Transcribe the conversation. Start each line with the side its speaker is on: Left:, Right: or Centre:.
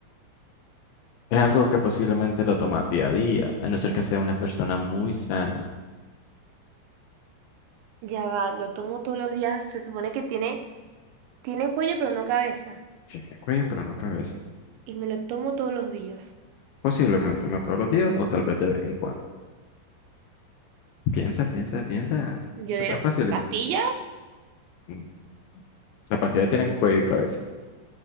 Left: Es algo que posiblemente lo tomas día a día, a no ser que sea una persona muy sana.
Right: Ya va, lo tomo todos los días. Se supone que tiene, tiene cuello, pero no cabeza.
Left: Tiene cuello pero no cabeza.
Right: Y me lo tomo todos los días.
Left: Posiblemente no todos los días o tal vez de vez en cuando. Piensa, piensa, piensa.
Right: Yo diría,
Left: Está fácil.
Right: ¿pastilla?
Left: No. La pastilla tiene cuello y cabeza.